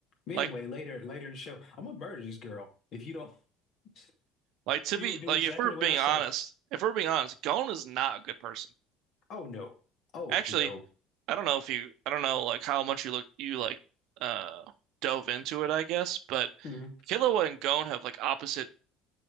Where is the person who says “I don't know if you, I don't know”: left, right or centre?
Right